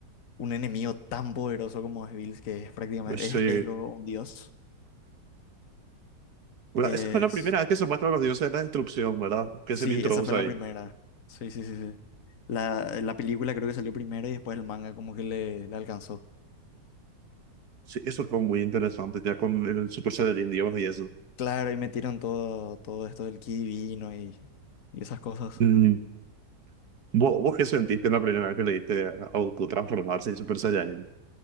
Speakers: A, on the left; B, on the right.
A: un enemigo tan poderoso como es Bills, que es prácticamente.
B: pues,
A: Es,
B: Sí.
A: es luego un dios.
B: Bueno,
A: Es.
B: esa fue la primera vez que se muestra los dioses de la destrucción, ¿verdad? Que
A: Sí,
B: se le introduce
A: esa fue
B: ahí.
A: la primera. Sí, sí, sí, sí. La, la película creo que salió primero y después el manga como que le, le alcanzó.
B: Sí, eso fue muy interesante, ya con el Super Saiyajin Dios y eso.
A: Claro, y metieron todo, todo esto del ki divino y, y esas cosas.
B: Mm, ¿Vos, vos qué sentiste la primera vez que le diste a Goku transformarse en Super Saiyan?